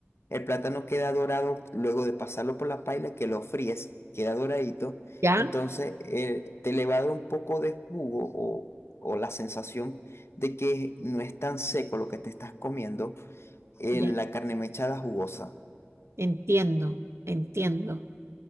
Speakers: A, on the left; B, on the right.
A: el plátano queda dorado luego de pasarlo por la paila, que lo fríes, queda doradito,
B: ya,
A: entonces eh, te le va a dar un poco de jugo o, o la sensación de que no es tan seco lo que te estás comiendo, eh,
B: ya.
A: la carne mechada jugosa.
B: Entiendo, entiendo.